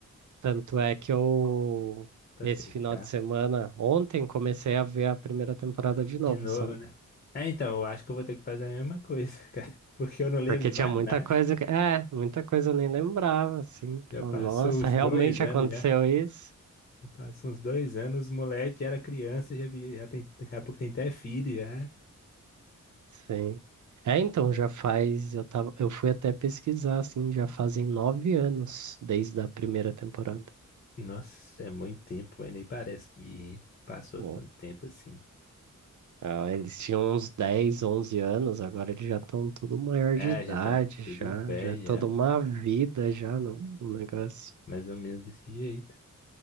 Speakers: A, on the right (about 70°); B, on the left (about 35°).
A: Tanto é que eu,
B: Pra
A: esse
B: fechar.
A: final de semana, ontem, comecei a ver a primeira temporada de
B: De
A: novo,
B: novo,
A: sabe?
B: né? É, então, eu acho que eu vou ter que fazer a mesma coisa, <laughs> cara. Porque eu não lembro
A: Porque
B: de mais
A: tinha muita
B: nada.
A: coisa que, é, muita coisa eu nem lembrava, assim.
B: Já
A: Falava,
B: passou
A: Nossa,
B: uns
A: realmente
B: dois anos
A: aconteceu
B: já.
A: isso?
B: Já passou uns dois anos, moleque era criança, já, vi- já tem, daqui a pouco tem até filho já.
A: Sim. É, então, já faz, eu tava, eu fui até pesquisar, assim, já fazem nove anos desde a primeira temporada.
B: Nossa, é muito tempo, mas nem parece que passou
A: Bom,
B: tanto tempo assim.
A: ah, eles tinham uns 10 11 anos, agora eles já estão tudo maior
B: É,
A: de idade,
B: já tá tudo
A: já,
B: velho
A: já é toda
B: já.
A: uma vida já no, no negócio.
B: Mais ou menos desse jeito.